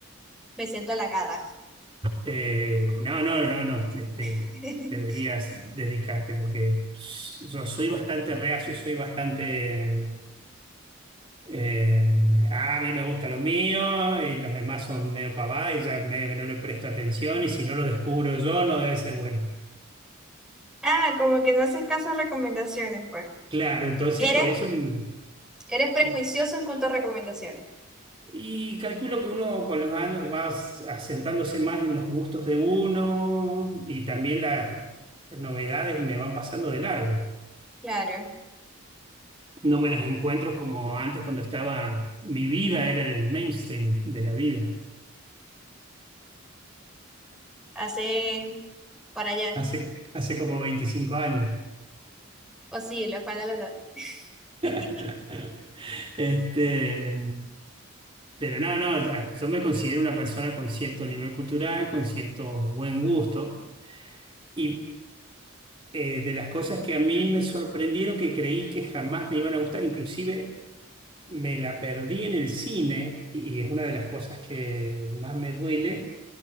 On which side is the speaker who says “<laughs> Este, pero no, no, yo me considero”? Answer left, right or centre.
Right